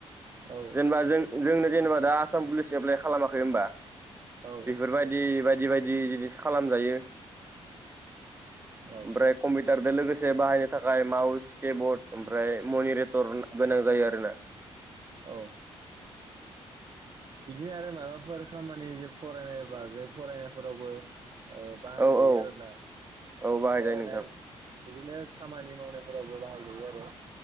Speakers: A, on the right; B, on the right.
A: औ
B: जेनेबा जों जोंनो जेनेबा दा आसाम पुलिस एप्लाइ खालामाखै होनोमबा
A: औ
B: बेफोरबायदि बायदि बायदि जिनिस खालामजायो
A: औ
B: ओमफ्राय कमि टार लोगोसे बाहायनो थाखाय माउस किबर्ड ओमफ्राय मनिरेटर गोनां जायो आरोना
A: औ बिदिनो आरो माबाफोर खामानि जे फरायनाय बागै फरायनायफोरावबो ओ बाहायजायो
B: औ औ
A: आरोना
B: औ बाहायजायो
A: फरायनाय
B: नोंथां
A: बिदिनो खामानि मावनायफोरावबो बाहायजायो आरो